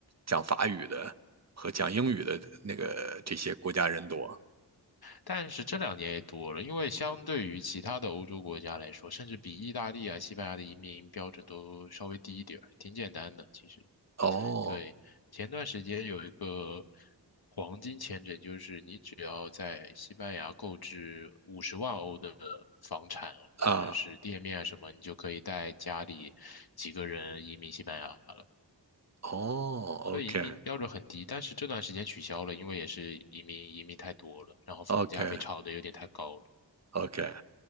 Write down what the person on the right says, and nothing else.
讲法语的和讲英语的那个这些国家人多。
哦
啊
哦，OK
OK OK，